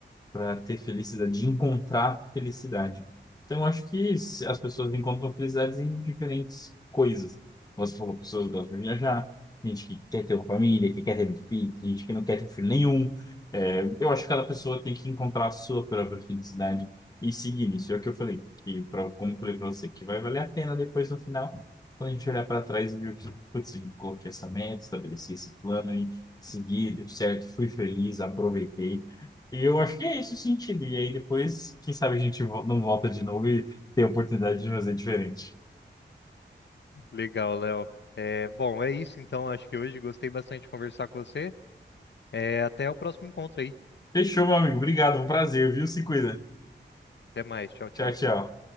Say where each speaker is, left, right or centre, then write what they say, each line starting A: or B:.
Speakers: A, on the left; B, on the left.
A: para ter felicidade, de encontrar felicidade. Então, eu acho que se- as pessoas encontram felicidades em diferentes coisas. Você falou, pessoas que gostam de viajar, gente que quer ter uma família, que quer ter muito filho, tem gente que não quer ter filho nenhum. É, eu acho que cada pessoa tem que encontrar a sua própria felicidade e seguir nisso. É o que eu falei, que pra, como eu falei para você, que vai valer a pena depois no final, quando a gente olhar para trás e ver que, putz, eu coloquei essa meta, estabeleci esse plano e segui, deu certo, fui feliz, aproveitei. E eu acho que é esse o sentido. E aí depois, quem sabe a gente vo- não volta de novo e tem a oportunidade de fazer diferente.
B: Legal, Léo. É, bom, é isso então. Acho que hoje gostei bastante de conversar com você. É, até o próximo encontro aí.
A: Fechou, meu amigo. Obrigado, foi um prazer, viu? Se cuida.
B: Até mais. Tchau, tchau.
A: Tchau, tchau.